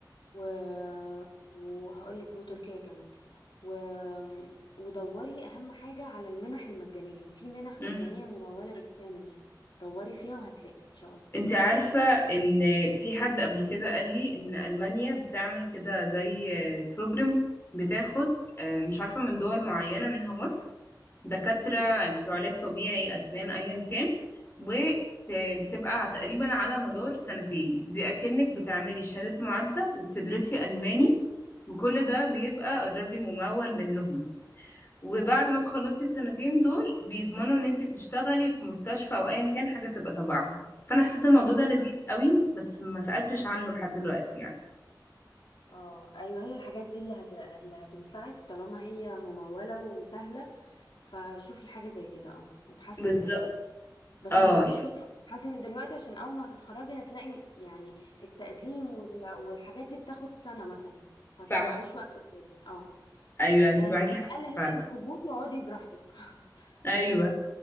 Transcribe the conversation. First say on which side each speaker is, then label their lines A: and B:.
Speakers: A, on the left; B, on the left.
A: و... وهقول لك وتركيا كمان و... ودوري أهم حاجة على المنح المجانية في منح مجانية
B: امم
A: ممولة بالكامل دوري فيها وهتلاقي إن شاء الله
B: انت عارفة ان في حد قبل كده قال لي ان ألمانيا بتعمل كده زي بروجرام بتاخد آه، مش عارفة من دول معينة منها مصر دكاترة
A: امم
B: بتوع علاج طبيعي أسنان أيا كان وبتبقى تقريبا على مدار سنتين دي أكنك بتعملي شهادة معادلة وبتدرسي ألماني وكل ده بيبقى اوريدي ممول منهم وبعد ما تخلصي السنتين دول بيضمنوا ان انت تشتغلي في مستشفى او ايا كان حاجه تبقى تبعهم فانا حسيت الموضوع
A: اه
B: ده لذيذ قوي بس ما سالتش عنه لحد دلوقتي يعني
A: اه ايوه هي الحاجات دي اللي, هت... اللي هتنفعك طالما هي ممولة وسهلة فشوفي حاجة زي كده اه ابحثي
B: بالظبط
A: من دلوقتي بس
B: اه
A: ما تضيعيش
B: يعني
A: وقت ابحثي من دلوقتي عشان اول ما هتتخرجي هتلاقي يعني التقديم وال... والحاجات دي بتاخد سنة مثلا فتضيعيش
B: صح
A: وقت فاضي. اه
B: ايوه
A: يعني
B: انت معاكي حق
A: على الأقل
B: فعلا
A: هاتي القبول واقعدي براحتك <laughs>
B: ايوه
A: بس ما